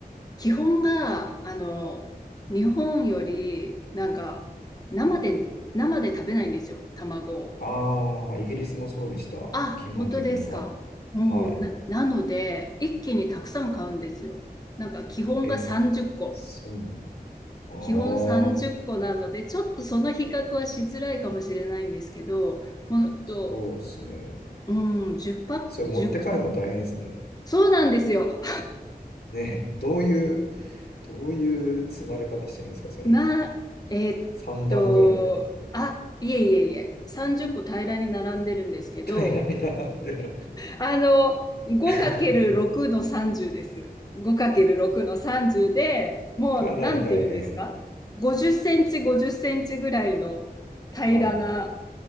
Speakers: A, on the left (about 25°); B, on the left (about 80°).
A: 基本が、あの、日本より、なんか、生で、生で食べないんですよ、卵を。
B: ああ、イギリスもそうでした。
A: あ、
B: 基本的には。
A: 本当ですか。うん、
B: はい。
A: な、なので、一気にたくさん買うんですよ。なんか、基本が30個。
B: え、そうなんだ。ああ、
A: 基本30個なので、ちょっとその比較はしづらいかもしれないんですけど、ほんと、
B: そうですね。
A: うん、10パック、
B: それ持って帰るの大変ですね。
A: 1そうなんですよ。
B: ね、どういう、どういう積まれ方してるんですか、それ。
A: まあ、えーっと、
B: 3段ぐらいでも
A: あ、いえいえいえ、30個平らに並んでるんですけど、
B: 平らに並んでる。
A: あの、5×6
B: <laughs>
A: の30です。5×6 の30で、もう、
B: かなり大変。
A: なんて言うんですか ?50 センチ、50センチぐらいの平らな、
B: はい。